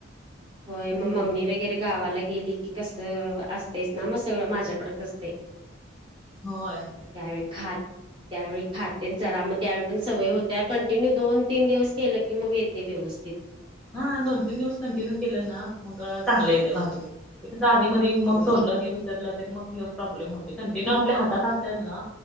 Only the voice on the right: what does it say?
होय
म मम्मी वगैरे गावाला गेली की कसं असतेच ना मग सगळं माझ्याकडेच असतय
त्यावेळी खात त्यावेळी खातेच जरा मगं त्यावेळी पण सवय होत्या कंटिन्यू दोन तीन दिवस केलं की मग येतय व्यवस्थित.
होय